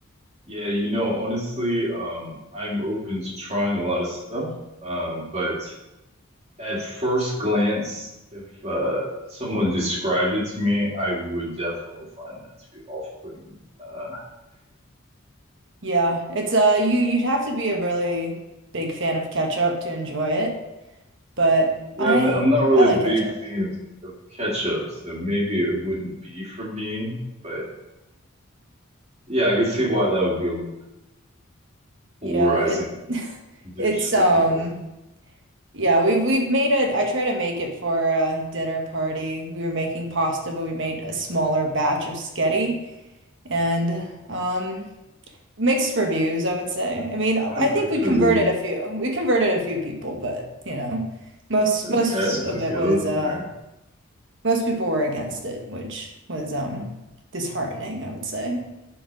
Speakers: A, on the right; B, on the right.
A: Yeah, you know, honestly, um I'm open to trying a lot of stuff, um, but At first glance, if uh, someone described it to me, I would definitely find that to be off-putting. Uh,
B: Yeah, it's uh you you'd have to be a really big fan of ketchup to enjoy it, but
A: <laughs> yeah,
B: I
A: I'm, I'm not really
B: I like
A: a big
B: ketchup.
A: fan of, of ketchup, so maybe it wouldn't be for me. But yeah, I could see why that would be a little bit polarizing
B: Yeah, it <laughs>
A: dish
B: it's
A: for
B: um
A: people.
B: yeah, we've we've made it I try to make it for a dinner party. We were making pasta, but we made a smaller batch of sketty and um, mixed reviews, I would say. I mean, I
A: <laughs> Mixed
B: think we converted
A: reviews.
B: a few. We converted a few people, but you know, most
A: Okay,
B: most
A: okay,
B: of it was
A: that's
B: uh,
A: fair.
B: most people were against it, which was um, disheartening, I would say.